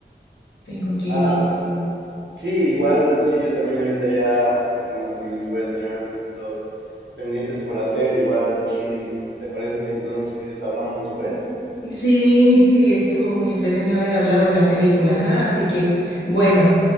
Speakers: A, on the left; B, on the right.
A: tengo que...
B: Ah, Sí, igual, sí, yo también ahorita ya ah, también voy a tener otros pendientes por hacer. Igual, mm, ¿te parece si entonces hablamos después?
A: Sí, sí, estuvo muy entretenido haber hablado de las películas, ah, Así que, bueno,